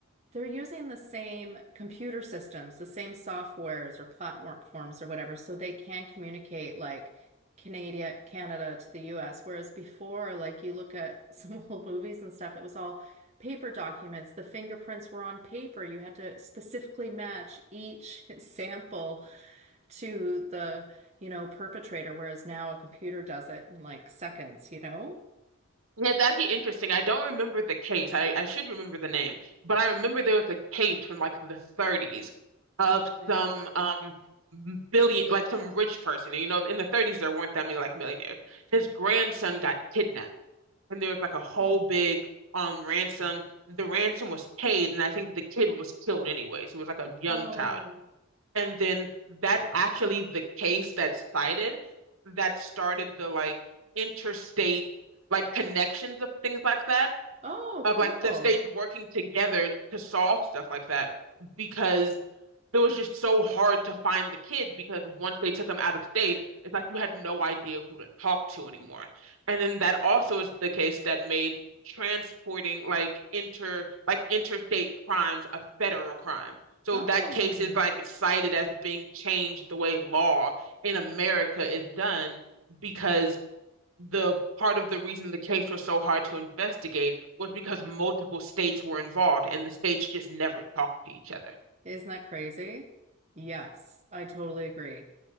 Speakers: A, on the right; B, on the right.
A: They're using the same computer systems, the same softwares or platforms or whatever, so they can communicate like Canada, Canada to the US. Whereas before, like you look at some <laughs> old movies and stuff, it was all paper documents. The fingerprints were on paper. You had to specifically match each <laughs> sample to the, you know, perpetrator, whereas now a computer does it in like seconds, you know?
B: And It's actually interesting. I don't remember the case. I, I should remember the name, but I remember there was a case from like the 30s of
A: Okay.
B: some um billion, like some rich person. And you know, in the 30s, there weren't that many like millionaires. His grandson got kidnapped, and there was like a whole
A: Oh,
B: big um ransom. The ransom was paid, and I think the kid was killed anyways. It was like a young
A: Oh,
B: child. And then that's actually the case that's cited that started the like interstate like connections of things like that,
A: oh,
B: of
A: cool.
B: like the states working together to solve stuff like that. Because it was just so hard to find the kid because once they took him out of state, it's like you had no idea who to talk to anymore. And then that also is the case that made transporting like inter like interstate crimes a federal crime. So
A: Oh,
B: that case is like cited as being changed the way law in America is done because the part of the reason the case was so hard to investigate was because multiple states were involved and the states just never talked to each other.
A: isn't that crazy? Yes, I totally agree.